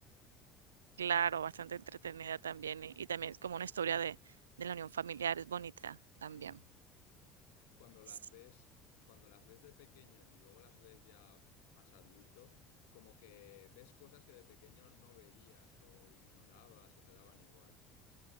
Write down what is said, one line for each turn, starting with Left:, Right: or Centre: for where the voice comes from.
Right: claro, bastante entretenida también, y y también es como una historia de de la unión familiar, es bonita también.
Left: Hmm. Y cuando las
Right: Sí,
Left: ves, cuando las ves de pequeño y luego las ves ya más adulto, como que ves cosas que de pequeño no veías o ignorabas o te daban igual.